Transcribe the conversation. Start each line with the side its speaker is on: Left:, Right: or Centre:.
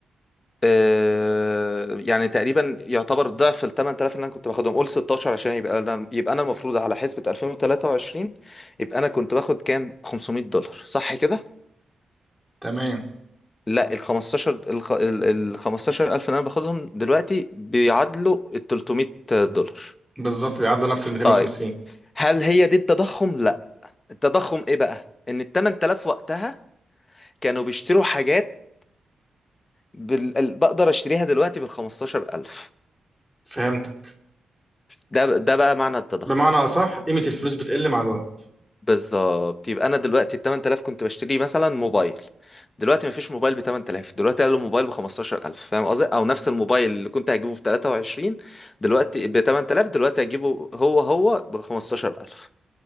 Left: آه يعني تقريبا يعتبر ضعف ال 8000 اللي انا كنت باخدهم قول 16 عشان يبقى انا يبقى انا المفروض على حسبة 2023 يبقى انا كنت باخد كام 500 دولار صح كده؟
Centre: تمام
Left: لا ال 15 الخ- ال ال 15000 اللي انا باخدهم دلوقتي بيعادلوا ال 300 دولار
Centre: بالظبط بيعادلوا نفس ال 250
Left: طيب هل هي دي التضخم؟ التضخم ايه بقى ان ال 8000 وقتها كانوا بيشتروا حاجات بال... ال- بقدر اشتريها دلوقتي بال 15000
Centre: فهمتك
Left: ده ب- ده بقى معنى التضخم
Centre: بمعنى أصح قيمة الفلوس بتقل مع الوقت
Left: بالظبط يبقى انا دلوقتي ال 8000 كنت بشتري مثلا موبايل دلوقتي مفيش موبايل ب 8000 دلوقتي قالوا موبايل ب 15000 فاهم قصدي او نفس الموبايل اللي كنت هجيبه في 23 دلوقتي ب 8000 دلوقتي هجيبه هو هو ب 15000